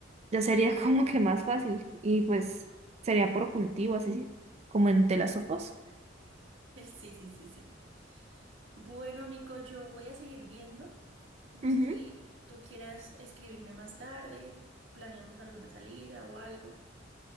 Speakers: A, on the right; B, on the right.
A: ya sería <laughs> como que más fácil. Y pues sería por cultivo, así como en telasofos.
B: Sí, sí, sí, sí. Bueno, Nico, yo voy a seguir viendo. No
A: Ujú.
B: sé si tú quieras escribirme más tarde, planeamos alguna salida o algo.